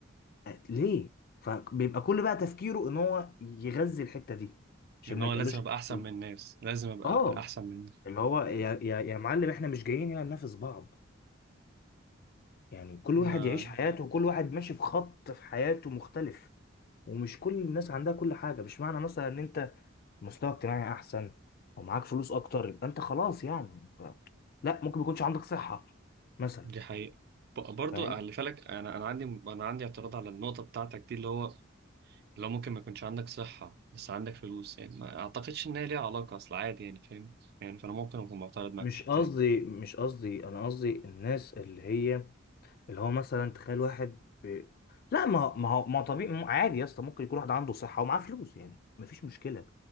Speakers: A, on the left; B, on the right.
A: آه، ليه فبيبقى كل بقى تفكيره ان هو يغذي الحتة دي عشان
B: ان هو
A: ما يتقالوش
B: لازم ابقى
A: الحتة
B: احسن
A: دي
B: من الناس لازم ابقى
A: اه
B: احسن من الناس
A: اللي هو يا يا يا معلم احنا مش جايين هنا ننافس بعض يعني كل واحد
B: آه.
A: يعيش حياته وكل واحد ماشي في خط في حياته مختلف ومش كل الناس عندها كل حاجة مش معنى مثلا ان انت مستوى اجتماعي احسن او معاك فلوس اكتر يبقى انت خلاص يعني ف- لا ممكن ما يكونش عندك صحة مثلا
B: دي حقيقه ب- برضو
A: فاهم
B: خلي بالك انا انا عندي انا عندي اعتراض على النقطه بتاعتك دي اللي هو لو ممكن ما يكونش عندك صحه بس عندك فلوس يعني ما اعتقدش ان هي ليها علاقه اصل عادي يعني فاهم يعني فانا ممكن اكون معترض معاك
A: مش
B: في الحته
A: قصدي
B: دي
A: مش قصدي انا قصدي الناس اللي هي اللي هو مثلا تخيل واحد ب... لا ما هو- ما هو ما هو طبيعي ما هو عادي يا اسطى ممكن يكون واحد عنده صحة ومعاه فلوس يعني مفيش مشكلة